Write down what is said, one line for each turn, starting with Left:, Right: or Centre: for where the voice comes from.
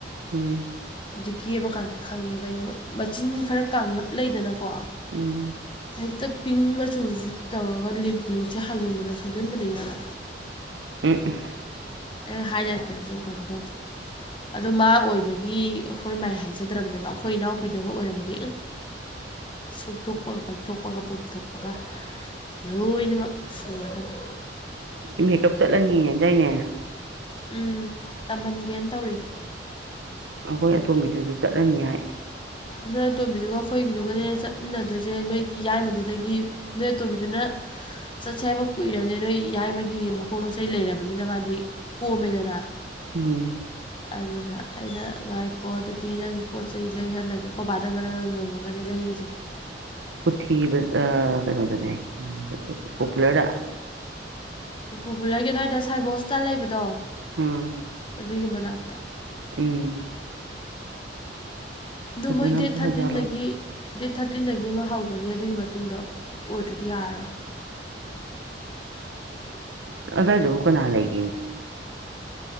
Right: ꯎꯝ
Left: ꯑꯗꯨ ꯀꯦꯕ ꯀꯥꯟꯗ ꯈꯪꯉꯦꯕ ꯑꯩꯅ ꯃꯆꯤꯟ ꯈꯔ ꯀꯥꯡꯂꯞ ꯂꯩꯗꯅꯀꯣ
Right: ꯎꯝ
Left: ꯍꯦꯛꯇ ꯄꯤꯡ ꯃꯆꯨꯖꯤ ꯇꯧꯔꯒ ꯂꯤꯞ ꯒ꯭ꯂꯣꯖꯦ ꯍꯥꯏꯖꯤꯟꯗꯅ ꯁꯪꯖꯟꯕꯅꯦꯃꯤ ꯃꯥꯅ
Right: <unintelligible>
Left: ꯑꯩ ꯍꯥꯏꯂꯥꯏꯠꯇꯔꯖꯨ ꯀꯩꯅꯣ ꯇꯧꯗꯦ꯫ ꯑꯗꯣ ꯃꯥ ꯑꯣꯏꯕꯒꯤ ꯍꯣꯏ ꯃꯥꯏ ꯍꯥꯏꯖꯗ꯭ꯔꯕꯅꯦꯕ ꯑꯈꯣꯏ ꯏꯅꯥꯎꯄꯤꯗꯒ ꯑꯣꯏꯔꯝꯃꯗꯤ ꯎꯪ ꯁꯨꯡꯇꯣꯛꯄꯒ ꯄꯩꯊꯣꯛꯄꯒ ꯄꯣꯝꯊꯣꯛꯄꯒ ꯂꯣꯏꯅꯃꯛ ꯁꯨꯔꯗꯝꯅꯤ
Right: ꯃꯦꯀꯞ ꯆꯠꯂꯅꯤꯌꯦ ꯗꯥꯏꯅꯦ
Left: ꯎꯝ ꯇꯝꯍꯟꯒꯦꯅ ꯇꯧꯔꯤ
Right: ꯑꯈꯣꯏ ꯑꯇꯣꯝꯕꯤꯗꯨꯖꯨ ꯆꯠꯂꯅꯤ ꯍꯥꯏ
Left: ꯅꯣꯏ ꯑꯇꯣꯝꯕꯤꯗꯨꯒ ꯑꯈꯣꯏꯒꯤꯗꯨꯒꯅꯦ ꯆꯠꯃꯤꯟꯅꯗꯣꯏꯖꯦ ꯅꯣꯏꯒꯤ ꯌꯥꯏꯃꯗꯨꯗꯒꯤ ꯅꯣꯏ ꯑꯇꯣꯝꯕꯤꯗꯨꯅ ꯆꯠꯁꯦ ꯍꯥꯏꯕ ꯀꯨꯏꯔꯕꯅꯤ ꯅꯣꯏ ꯌꯥꯏꯃꯒꯤ ꯃꯄꯣꯠ ꯃꯆꯩ ꯂꯩꯔꯕꯅꯤꯅ ꯃꯥꯗꯤ ꯀꯣꯃꯦꯗꯅ
Right: ꯎꯝ
Left: ꯑꯗꯨꯗ ꯑꯩꯅ ꯉꯥꯏꯈꯣ ꯑꯗꯨꯗꯤ ꯅꯪꯒꯤ ꯄꯣꯠ ꯆꯩ ꯂꯩꯍꯜꯂꯒꯦ ꯑꯈꯣꯕꯥꯗ ꯉꯔꯪ ꯉꯔꯪ ꯉꯪꯉꯒꯅꯤ ꯂꯩꯔꯤꯖꯦ
Right: ꯄꯨꯊꯤꯕ ꯑ ꯀꯩꯅꯣꯗꯅꯦ ꯍꯥꯏ ꯀꯔꯤ ꯄꯣꯄꯨꯂꯔꯗ
Left: ꯄꯣꯄꯨꯂꯔꯒꯤ ꯑꯗꯨꯋꯥꯏꯗ ꯁꯥꯏꯕ ꯍꯣꯁꯄꯤꯇꯥꯜ ꯂꯩꯕꯗꯣ
Right: ꯎꯝ
Left: ꯑꯗꯨꯒꯤ ꯃꯅꯥꯛꯇ
Right: ꯎꯝ
Left: ꯑꯗꯨ
Right: ꯐꯖꯅꯕꯨ
Left: ꯃꯣꯏ ꯗꯦꯠ ꯊꯥꯔꯇꯤꯟꯗꯒꯤ
Right: ꯍꯥꯏꯖꯜꯂꯣ
Left: ꯗꯦꯠ ꯊꯥꯔꯇꯤꯟꯗꯒꯤ ꯑꯃ ꯍꯧꯒ꯭ꯔꯅꯤ ꯑꯗꯨꯒꯤ ꯃꯇꯨꯡꯗ ꯑꯣꯏꯗ꯭ꯔꯗꯤ ꯌꯥꯔꯔꯣꯏ
Right: ꯑꯗ꯭ꯋꯥꯏꯗꯕꯨ ꯀꯅꯥ ꯂꯩꯒꯦꯅꯦ